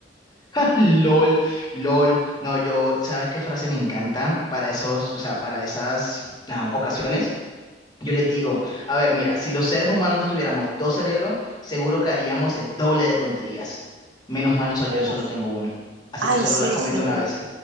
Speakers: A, on the left; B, on the right.
A: LOL, LOL. No, yo, ¿sabes qué frase me encanta para esos, o sea, para esas ah, ocasiones? Yo les digo, a ver, mira, si los seres humanos tuviéramos dos cerebros, seguro que haríamos el doble de tonterías. Menos mal soy
B: Uf,
A: yo, solo tengo uno. Así
B: ay,
A: que solo
B: sí,
A: la cometo
B: sí.
A: una vez.